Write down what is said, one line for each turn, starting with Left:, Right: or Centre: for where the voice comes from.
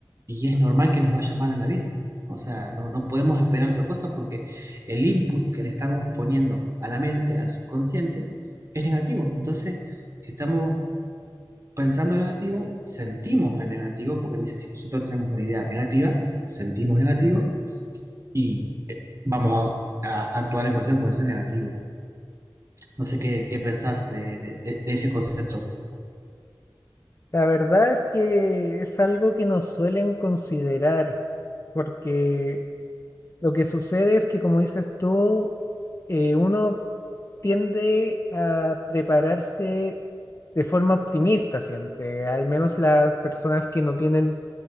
Right: y es normal que nos vaya mal en la vida. O sea, no, no podemos esperar otra cosa porque el input que le estamos poniendo a la mente, al subconsciente, es negativo. Entonces, si estamos pensando negativo, sentimos el negativo, porque él dice, si nosotros tenemos una idea negativa, sentimos negativo y vamos a, a actuar en consecuencia negativa. No sé qué, qué pensás de, de- de- de ese concepto.
Left: La verdad es que es algo que nos suelen considerar, porque lo que sucede es que, como dices tú, eh, uno tiende a prepararse de forma optimista siempre, al menos las personas que no tienen